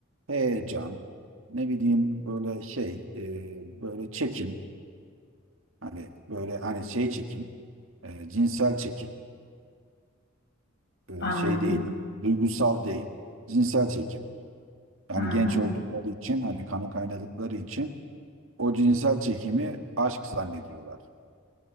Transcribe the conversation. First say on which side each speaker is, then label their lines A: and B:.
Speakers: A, on the right (about 80°); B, on the left (about 55°).
A: heyecan, ne bileyim böyle şey, e, böyle çekim. Hani böyle hani şey çekim, e, cinsel çekim, E,
B: Anladım.
A: şey değil, duygusal değil, cinsel çekim. Yani
B: Hı hı.
A: genç oldukları için hani kanı kaynadıkları için o cinsel çekimi aşk zannediyorlar.